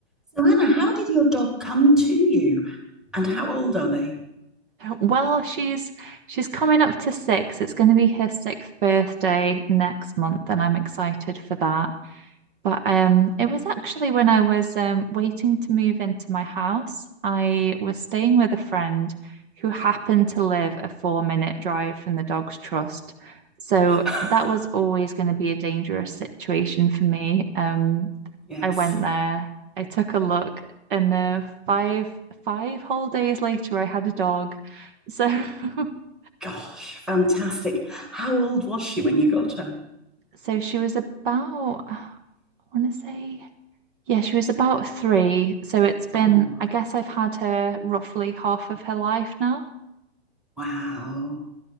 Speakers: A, in the centre; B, on the right.
A: So, Anna, how did your dog come to you and how old are they?
B: Well, she's she's coming up to six. It's going to be her sixth birthday next month, and I'm excited for that. But um, it was actually when I was um, waiting to move into my house, I was staying with a friend who happened to live a four minute drive from the Dogs Trust. So
A: <laughs>
B: that was always going to be a dangerous situation for me. Um,
A: Yes.
B: I went there, I took a look, and uh, five five whole days later, I had a dog. So <laughs>
A: Gosh, fantastic. How old was she when you got her?
B: so she was about, I want to say Yeah, she was about three. So it's been,
A: Oh,
B: I guess I've had her roughly half of her life now.
A: wow.